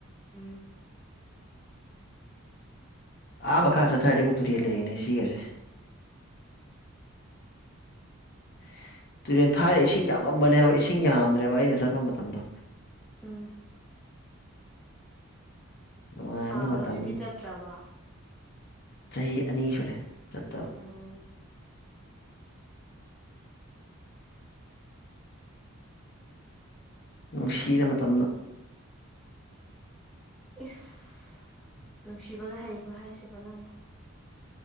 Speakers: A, in the centre; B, on the left (about 50°).
A: ꯎꯝ
B: ꯑꯥ ꯃꯈꯥ ꯆꯠꯊꯔꯇꯃꯨꯛ ꯇꯨꯦ ꯂꯩꯔꯤꯅꯦ ꯁꯤꯒꯁꯦ <inaudible> ꯇꯨꯔꯦꯟ ꯊꯥꯏꯅ ꯏꯁꯤꯡ ꯌꯥꯝꯃꯝꯕꯅꯦ ꯍꯥꯏꯕ ꯏꯁꯤꯡ ꯌꯥꯝꯗ꯭ꯔꯦꯕ ꯑꯩꯅ ꯆꯠꯄ ꯃꯇꯝꯗꯣ
A: ꯎꯝ
B: ꯅꯨꯡꯉꯥꯏꯕꯅꯤ
A: ꯑꯥ
B: ꯃꯇꯝ
A: ꯍꯧꯖꯤꯛꯇꯤ ꯆꯠꯇ꯭ꯔꯕꯣ꯫
B: ꯆꯍꯤ ꯑꯅꯤ ꯁꯨꯔꯦ ꯆꯠꯇ
A: ꯎꯝ꯫
B: ꯅꯨꯡꯁꯤꯗ ꯃꯇꯝꯗꯣ
A: ꯏꯁ ꯅꯨꯡꯁꯤꯕꯒ ꯍꯩꯕ꯭ꯔꯣ ꯍꯥꯏꯁꯤꯕꯣ ꯅꯪꯕꯨ